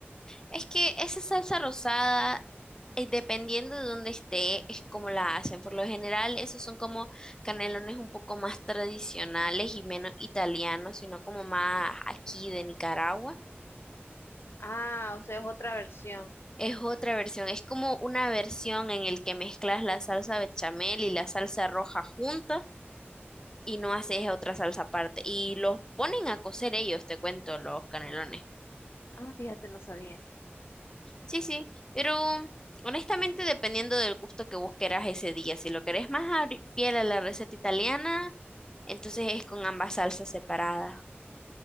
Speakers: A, on the left; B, on the left.
A: es que esa salsa rosada, eh, dependiendo de dónde esté, es como la hacen. Por lo general, esos son como canelones un poco más tradicionales y menos italianos, sino como más aquí de Nicaragua.
B: Ah, o sea, es otra versión.
A: Es otra versión, es como una versión en el que mezclas la salsa bechamel y la salsa roja juntas y no haces otra salsa aparte. Y los ponen a cocer ellos, te cuento, los canelones.
B: Ah, fíjate, no sabía.
A: Sí, sí, pero honestamente dependiendo del gusto que vos querás ese día, si lo querés más abri- fiel a la receta italiana, entonces es con ambas salsas separadas.